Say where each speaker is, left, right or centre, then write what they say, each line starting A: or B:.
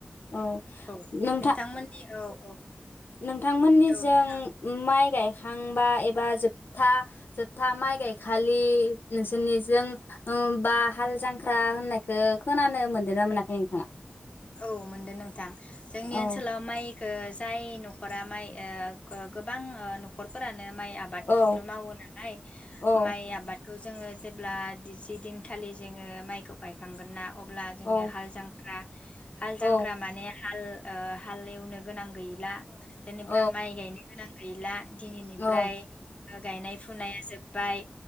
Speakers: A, on the left (about 70°); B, on the left (about 35°).
A: औ
B: औ
A: नों
B: नोंथांमोननि औ औ।
A: नोंथांमोननि
B: औ
A: जों
B: नोंथां
A: माइ गाय खांबा एबा जोबथा जोबथा माइ गायखालि नोंसोरनिजों बा हाल जांख्रा होननायखौ खोनानो मोनदों ना मोनाखै नोंथाङा?
B: औ मोनदो नोंथां जोंनि
A: औ
B: ओनसोलाव माइखो जाय नखरा माइ ओ गोबां नखरफोरानो माइ आबादखौनो
A: औ
B: मावो नालाय
A: औ
B: माइ आबाद थ जोङो जेब्ला जि दिनखालि जोङो माइखौ गायखांगोन ना अब्ला जोङो
A: औ
B: हाल जांख्रा हाल जांख्रा
A: औ
B: माने हाल ओ हाल एवनो गोनां गैला जेनेबा
A: औ
B: माइ गायनो गोनां गैला। दिनैनिफ्राय
A: औ
B: गायनाय फुनाया जोब बाय